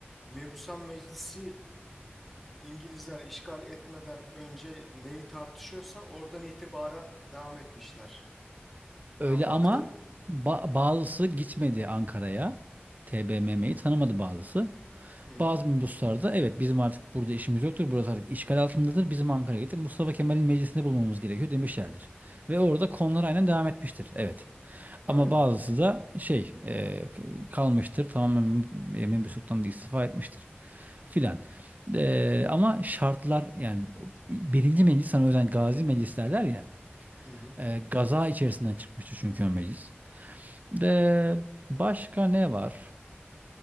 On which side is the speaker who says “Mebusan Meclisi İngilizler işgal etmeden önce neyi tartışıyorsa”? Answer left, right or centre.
Centre